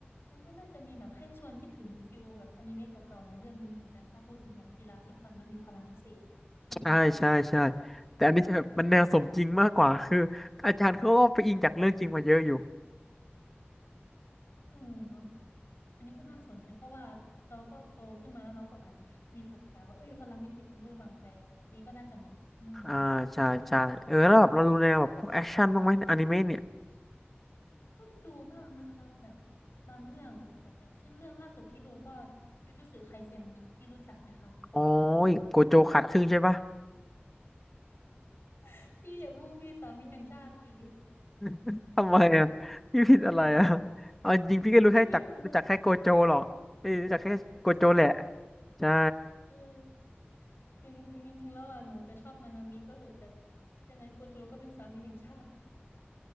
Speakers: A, on the left; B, in the centre.
A: มันก็น่าจะมีแบบให้ชวนคิดถึงฟิลแบบอนิเมะเก่าๆอย่างเรื่องนี้เหมือนกันถ้าพูดถึงแบบกีฬาฟุตบอลแล้วมีพลังพิเศษอืม
B: ใช่ใช่ใช่แต่อันนี้จะแบบมันแนวสมจริงมากกว่าคืออาจารย์เขาก็ไปอิงจากเรื่องจริงมาเยอะอยู่
A: เออเนาะอันนี้ก็น่าสนใจเพราะว่าเราก็โตขึ้นมาแล้วเราก็อาจจะแบบมีตรรกะว่าเอ้ยพลังพิเศษมันเวอร์วังไปแต่แบบนี้ก็น่าจะเหมาะอืม
B: อ่าใช่ใช่เออแล้วแบบเราดูแนวแบบพวกแอคชั่นบ้างไหมอนิเมะเนี่ย
A: ก็ดูบ้างนะคะแบบบางเรื่องแบบอย่างเช่นเรื่องล่าสุดที่ดูก็จูจูตสึไคเซ็นนะคะพี่รู้จักไหมคะ
B: โอ้ยโกโจขาดครึ่งใช่ปะ
A: <laughs> พี่อย่าบูบี้สามีแห่งชาติสิ
B: <laughs> ทำไมอ่ะพี่ผิดอะไรอ่ะเอาจริงพี่ก็รู้แค่จักรู้จักแค่โกโจหรอกเอ้ยรู้จักแค่โกโจแหละ
A: <laughs> พี่ไม่ผิดหรอกนะคะ
B: ใช่
A: เออถึงถึงจริงๆแล้วอ่ะหนูจะชอบนานามิก็เหอะแต่ยังไงโกโจก็เป็นสามีแห่งชาติ